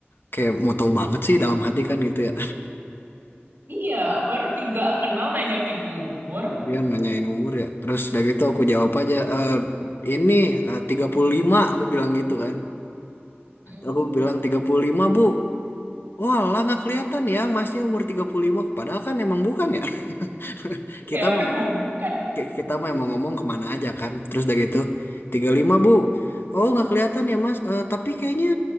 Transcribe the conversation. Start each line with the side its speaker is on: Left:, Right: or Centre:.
Left: kayak mau tahu banget sih dalam hati kan gitu ya
Right: Iya, baru juga kenal nanyakin umur.
Left: dia nanyain umur ya terus udah gitu aku jawab aja "Eh, ini eh, tiga puluh lima aku bilang gitu kan
Right: Mm-mm.
Left: aku bilang 35 bu Wah, lah nggak kelihatan ya masnya umur 35, padahal kan emang bukan ya. <laughs> Kita
Right: Iya, <laughs>
Left: mau
Right: emang bukan.
Left: kita mah mau emang ngomong kemana aja kan. Terus udah gitu, 35 Bu. Oh, nggak kelihatan ya Mas. Eh, tapi kayaknya